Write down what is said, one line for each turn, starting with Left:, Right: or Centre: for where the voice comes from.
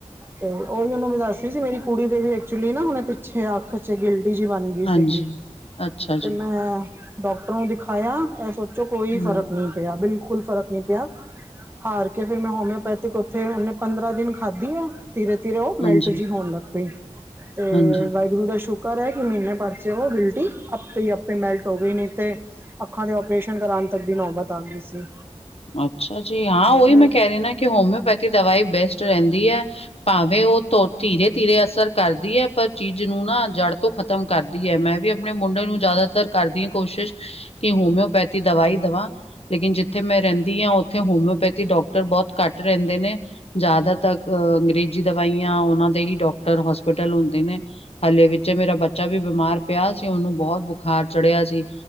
Right: ਤੇ ਉਹੀ ਓਨੂੰ ਵੀ ਦੱਸਦੀ ਸੀ ਮੇਰੀ ਕੁੜੀ ਦੇ ਵੀ ਐਕਚੁਲੀ ਨਾ ਉਹਨੇ ਪਿੱਛੇ ਅੱਖ ਚ ਗਿੱਲ ਜੀ ਬਣ ਗਈ
Left: ਹਾਂਜੀ
Right: ਸੀਗੀ
Left: ਅੱਛਾ
Right: ਤੇ
Left: ਜੀ
Right: ਮੈਂ ਡਾਕਟਰ ਨੂੰ ਦਿਖਾਇਆ ਇਹ ਸੋਚੋ ਕੋਈ
Left: ਹਮ
Right: ਫ਼ਰਕ ਨਹੀਂ ਪਿਆ ਬਿਲਕੁਲ ਬਿਲਕੁਲ ਫ਼ਰਕ ਨਹੀਂ ਪਿਆ ਹਾਰ ਕੇ ਫਿਰ ਮੈਂ ਹੋਮਿਓਪੈਥਿਕ ਉੱਥੇ ਉਹਨੇ ਪੰਦਰਾਂ ਦਿਨ ਖਾਧੀ ਆ ਧੀਰੇ, ਧੀਰੇ ਉਹ ਮੇਲਟ
Left: ਹਾਂਜੀ
Right: ਜੀ ਹੋਣ ਲੱਗ ਪਈ ਤੇ
Left: ਹਾਂਜੀ
Right: ਵਾਹਿਗੁਰੂ ਦਾ ਸ਼ੁਕਰ ਹੈ ਕਿ ਮਹੀਨੇ ਪਰਚੇ ਉਹ ਗਿਲਟੀ ਆਪੇ ਆਪੇ ਮੈਲਟ ਹੋ ਗਈ ਨੂੰ ਤੇ ਅੱਖਾਂ ਦੇ ਓਪਰੇਟ ਓਪਰੇਸ਼ਨ ਤੱਕ ਦੀ ਨੌਬਤ ਆ ਗਈ ਸੀ
Left: ਅੱਛਾ ਜੀ, ਹਾਂ ਉਹੀ
Right: ਹੂੰ
Left: ਮੈਂ ਕਹਿ ਰਹੀਦਾ ਕਿ ਹੋਮਿਓਪੈਥੀ ਦਵਾਈ ਬੈਸਟ ਰਹਿੰਦੀ ਹੈ ਭਾਵੇਂ ਉਹ ਧੀਰੇ ਧੀਰੇ ਅਸਰ ਕਰਦੀ ਹੈ ਪਰ ਚੀਜ਼ ਨੂੰ ਨਾ ਜੜ੍ਹ ਤੋਂ ਖ ਖਤਮ ਕਰਦੀ ਹੈ ਮੈਂ ਵੀ ਆਪਣੇ ਮੁੰਡੇ ਨੂੰ ਜ਼ਿਆਦਾਤਰ ਕਰਦੀ ਹਾਂ ਕੋਸ਼ਿਸ਼ ਕਿ ਹੋਮਿਓਪੈਥੀ ਦਵਾਈ ਦਵਾਂ ਲੇਕਿਨ ਜਿੱਥੇ ਮੈਂ ਰਹਿੰਦੀ ਹਾਂ ਉੱਥੇ ਹੋਮਿਓਪੈਥੀ ਡਾਕਟਰ ਬਹੁਤ ਘੱਟ ਰਹਿੰਦੇ ਨੇ ਜ਼ਿਆਦਾ ਤੱਕ ਅੰਗਰੇਜ਼ ਦਵਾਈਆਂ ਉਹਨਾਂ ਦੇ ਹੀ ਡਾਕਟਰ ਹੋਸਪਿਟਲ ਹੁੰਦੇ ਨੇ ਹਲੇ ਵਿੱਚ ਮੇਰਾ ਬੱਚਾ ਵੀ ਬਿਮਾਰ ਪਿਆ ਸੀ ਉਹਨੂੰ ਬਹੁਤ ਬੁਖਾਰ ਚੜਿਆ ਸੀ